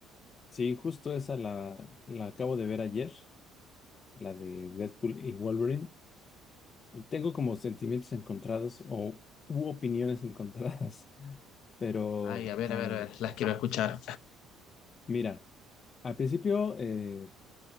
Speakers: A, on the left; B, on the left.
A: Sí, justo esa la, la acabo de ver ayer, la de Deadpool y Wolverine, y tengo como sentimientos encontrados o u opiniones encontradas, <laughs> pero
B: Ay, a ver,
A: am,
B: a ver, a ver, las quiero escuchar.
A: mira, al principio eh,